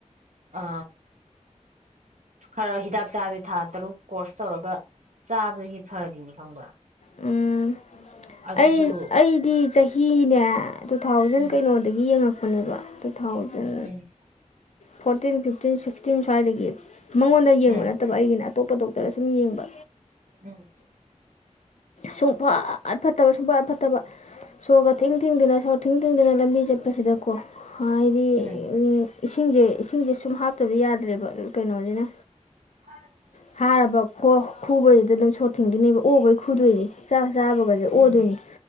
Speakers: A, on the right (about 70°); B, on the left (about 60°).
A: ꯑ ꯈꯔ ꯍꯤꯗꯥꯛ ꯆꯥꯗꯤ ꯊꯥ ꯇꯔꯨꯛ ꯀꯣꯔꯁ ꯇꯧꯔꯒ ꯆꯥꯕꯒꯤ ꯐꯔꯤꯅꯤ ꯈꯪꯕ꯭ꯔꯥ
B: ꯎꯝ
A: ꯑꯗꯨꯁꯨ
B: ꯑꯩ ꯑꯩꯗꯤ ꯆꯍꯤꯅꯦ ꯇꯨ ꯊꯥꯎꯖꯟ
A: ꯎꯝ
B: ꯀꯩꯅꯣꯗꯒꯤ ꯌꯦꯡꯉꯛꯄꯅꯦꯕ two thousand
A: um
B: fourteen fifteen sixteen ꯁ꯭ꯋꯥꯏꯗꯒꯤ ꯃꯉꯣꯟꯗ ꯌꯦꯡꯕ
A: ꯎꯝ
B: ꯅꯠꯇꯕ ꯑꯩꯒꯤꯅ ꯑꯇꯣꯞꯄ ꯗꯣꯛꯇꯔ ꯁꯨꯝ ꯌꯦꯡꯕ
A: ꯎꯝ
B: ꯁꯨꯡꯐꯠ ꯐꯠꯇꯕ ꯁꯨꯡꯐꯠꯠ ꯐꯠꯇꯕ ꯁꯣꯔꯒ ꯊꯤꯡ ꯊꯤꯡꯗꯅ ꯁꯣꯔ ꯊꯤꯡ ꯊꯤꯡꯗꯅ ꯂꯝꯕꯤ ꯆꯠꯄꯁꯤꯗꯀꯣ ꯍꯥꯏꯗꯤ
A: ꯎꯝ
B: ꯏꯁꯤꯡꯁꯦ ꯏꯁꯤꯡꯁꯦ ꯁꯨꯝ ꯍꯥꯞꯇꯕ ꯌꯥꯗ꯭ꯔꯦꯕ ꯀꯩꯅꯣꯁꯤꯅ
A: <unintelligible>
B: ꯐꯥꯔꯕ ꯈꯨꯕꯁꯤꯗ ꯑꯗꯨꯝ ꯁꯣꯔꯠ ꯊꯤꯡꯗꯨꯅꯦꯕ ꯑꯣꯈꯩ ꯈꯨꯗꯨꯏꯅꯤ ꯆꯥꯛ ꯆꯥꯕꯒꯁꯦ ꯑꯣꯗꯣꯏꯅꯤ
A: ꯎꯝ